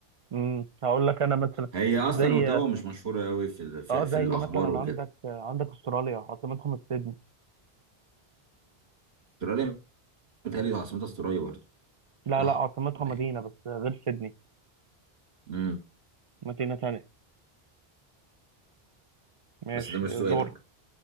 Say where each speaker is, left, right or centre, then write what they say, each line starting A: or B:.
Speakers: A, on the right (about 45°); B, on the right (about 70°).
A: امم هقول لك انا مثلا
B: هي أصلا
A: زي
B: أوتاوا مش مشهورة أوي في في,
A: اه
B: في
A: زي
B: الأخبار
A: مثلا
B: وكده
A: عندك عندك استراليا عاصمتها مش سيدني
B: أستراليا متهيألي عاصمتها استراليا برضه
A: لا
B: صح
A: لا عاصمتها
B: ولا
A: مدينة
B: إيه؟
A: بس غير سيدني
B: مم.
A: مدينة تانية ماشي
B: بس ده مش سؤالك
A: دور